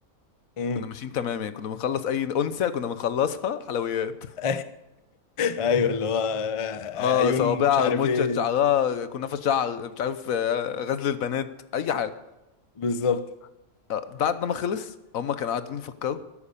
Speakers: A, on the left; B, on the left.
A: امم
B: كنا ماشيين تمام يعني كنا بنخلص اي انثى كنا بنخلصها حلويات <laughs>
A: <laughs> ايوه اللي هو
B: اه
A: عيون
B: صوابعها
A: مش عارف
B: رموشها
A: ايه
B: شعرها كنافه شعر مش عارف آه، غزل البنات اي حاجه
A: بالظبط
B: آه، بعد ما خلص هم كانوا قاعدين يفكروا